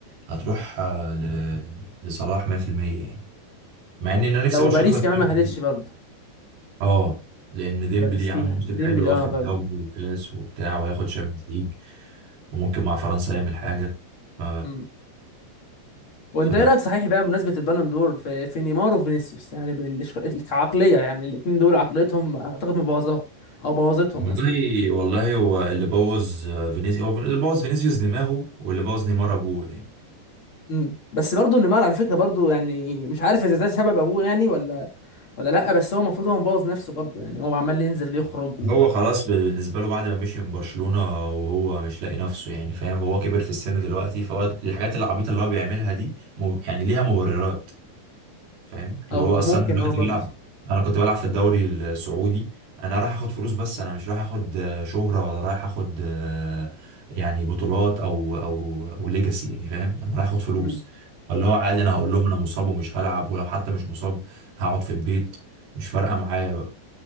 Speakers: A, on the right; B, on the left.
A: هتروح آه، ل... لصلاح 100% يعني مع ان انا نفسي
B: لو
A: برشلونة
B: باريس
A: تاخد
B: كمان
A: شامبيونز
B: ما خدتش
A: ليج
B: برضو
A: اه لان
B: إن
A: ديمبلي
B: باريس فيها
A: عامل موسم
B: ديمبلي
A: حلو واخد
B: اه برضو
A: دوري وكاس وبتاع وياخد شامبيونز ليج وممكن مع فرنسا يعمل حاجة ف...
B: امم وانت
A: فلا
B: ايه رايك صحيح بقى بمناسبه البالون دور في في نيمار وفينيسيوس يعني بالش- كعقليه يعني الاثنين دول عقليتهم اعتقد مبوظاها او بوظتهم اصلا
A: والله والله هو اللي بوظ آه، فينيسيوس هو اللي بوظ فينيسيوس دماغه واللي بوظ نيمار ابوه يعني
B: امم بس برضه نيمار على فكره برضه يعني مش عارف اذا ده سبب ابوه يعني ولا ولا لا بس هو المفروض هو مبوظ نفسه برضه يعني هو عمال ينزل يخرج و...
A: هو خلاص بالنسبه له بعد ما مشي من برشلونه وهو مش لاقي نفسه يعني فاهم هو كبر في السن دلوقتي فهو الحاجات العبيطه اللي هو بيعملها دي مب- يعني ليها مبررات فاهم اللي
B: او
A: هو
B: ممكن
A: اصلا انا دلوقتي
B: اه برضه
A: بلعب انا كنت بلعب في الدوري السعودي انا رايح اخد فلوس بس انا مش رايح اخد آه، شهرة ولا رايح اخد آه، يعني بطولات او او او ليجاسي يعني فاهم انا رايح اخد فلوس
B: امم
A: فاللي هو عادي
B: صح
A: انا هقول لهم انا مصاب ومش هلعب ولو حتى مش مصاب هقعد في البيت مش فارقة معايا بقى